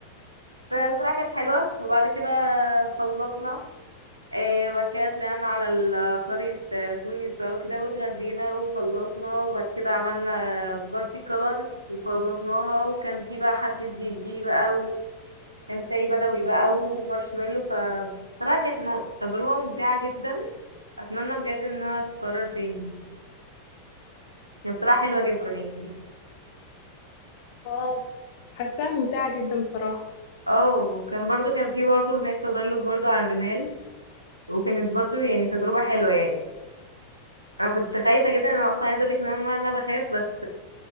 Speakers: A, on the right (about 85°); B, on the left (about 50°).
A: فالصراحه كانت حلوه وبعد كده خلصنا آه، وبعد كده طلعنا على ال- قرية آه، تونس بقى وكده واتغدينا وخلصنا وبعد كده عملنا بارتي كولر وخلصناها وكان في بقى حفلة دي جي بقى كان شاي بدوي بقى ومارشميلو ف بصراحة كانت م- تجربة ممتعة جدا أتمنى بجد إنها تتكرر تاني يعني بصراحة حلوة جدا يعني
B: اه حاساها ممتعة جدا بصراحة
A: اه وكان برضو كان في برضو هناك تزلج برضو على الرمال وكانت برضو يعني تجربة حلوة يعني أنا كنت خايفة جدا أنا أصلا عايزة أقولك إن أنا أنا بخاف بس